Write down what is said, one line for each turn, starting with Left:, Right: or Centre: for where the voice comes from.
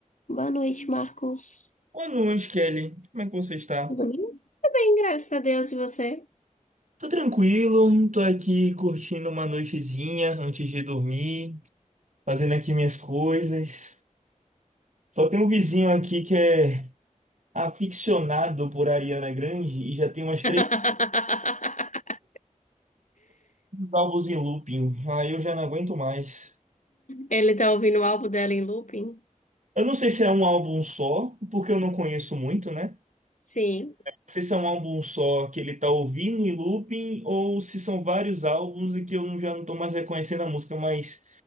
Left: Boa noite, Marcos.
Right: Boa noite, Kelly. Como é que você está?
Left: Tudo bem? Tudo bem, graças a Deus. E você?
Right: Tô tranquilo, tô aqui curtindo uma noitezinha antes de dormir, fazendo aqui minhas coisas. Só tem um vizinho aqui que é aficionado por Ariana Grande e já tem umas três
Left: <laughs>
Right: três álbuns em looping. Aí eu já não aguento mais.
Left: Ele tá ouvindo o álbum dela em looping?
Right: Eu não sei se é um álbum só, porque eu não conheço muito, né?
Left: Sim.
Right: se isso é um álbum só que ele tá ouvindo em looping ou se são vários álbuns e que eu não- já não tô mais reconhecendo a música, mas